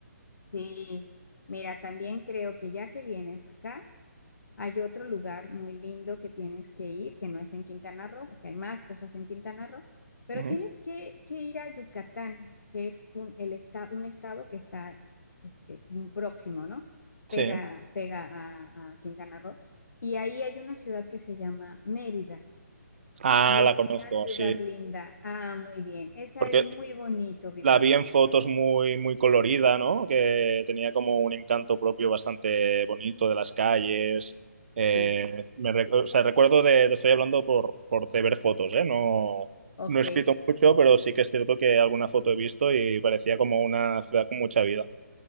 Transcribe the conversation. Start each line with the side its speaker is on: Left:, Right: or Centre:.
Left: Sí, mira, también creo que ya que vienes acá, Hay otro lugar muy lindo que tienes que ir, que no es en Quintana Roo, porque hay más cosas en Quintana Roo, pero
Right: Ujú.
Left: tienes que, que ir a Yucatán, que es un, el esta- un estado que está este, muy próximo, ¿no?
Right: Sí,
Left: Pega, pega a, a Quintana Roo. Y ahí hay una ciudad que se llama Mérida,
Right: ah,
Left: y es
Right: la conozco,
Left: una ciudad
Right: sí.
Left: linda. Ah, muy bien. Esa
Right: Porque
Left: es muy bonito vivirlo.
Right: La vi en fotos muy, muy colorida, ¿no? Que tenía como un encanto propio bastante bonito de las calles. Eh,
Left: Sí,
Right: me, rec- o sea, recuerdo de, te estoy hablando por, por de ver fotos, ¿eh? No,
Left: ok.
Right: no he escrito mucho, pero sí que es cierto que alguna foto he visto y parecía como una ciudad con mucha vida.